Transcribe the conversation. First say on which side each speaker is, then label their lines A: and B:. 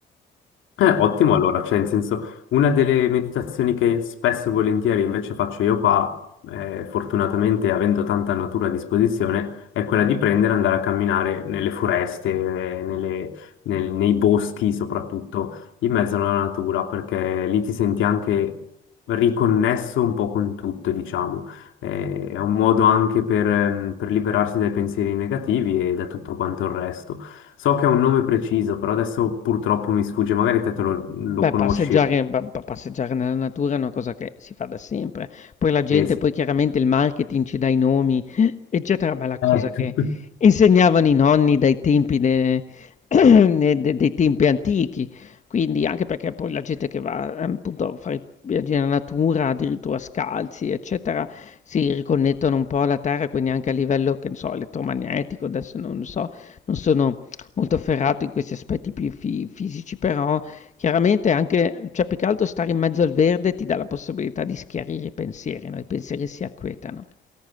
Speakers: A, on the left; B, on the left.
A: Eh, ottimo, allora, cioè, in senso, una delle meditazioni che spesso e volentieri invece faccio io qua, eh, fortunatamente avendo tanta natura a disposizione, è quella di prendere e andare a camminare nelle foreste, eh, nelle- nel- nei boschi soprattutto, in mezzo alla natura, perché lì ti senti anche riconnesso un po' con tutto, diciamo. Eh, è un modo anche per, ehm, per liberarsi dai pensieri negativi e da tutto quanto il resto. So che è un nome preciso, però adesso purtroppo mi sfugge, magari te, te lo, lo
B: Beh,
A: conosci.
B: passeggiare pa pa passeggiare nella natura è una cosa che si fa da sempre. Poi la gente
A: Eh, sì.
B: poi chiaramente il marketing ci dà i nomi, <gasps> eccetera, ma è la cosa
A: Eh,
B: che
A: <laughs>
B: insegnavano i nonni dai tempi de <clears throat> ne de dei tempi antichi. Quindi anche perché poi la gente che va, ehm, appunto a fare i viaggi nella natura, addirittura scalzi, eccetera, si riconnettono un po' alla terra, quindi anche a livello, che ne so, elettromagnetico, adesso non so, non sono molto ferrato in questi aspetti più fi fisici, però Chiaramente anche cioè più che altro stare in mezzo al verde ti dà la possibilità di schiarire i pensieri, no, i pensieri si acquietano.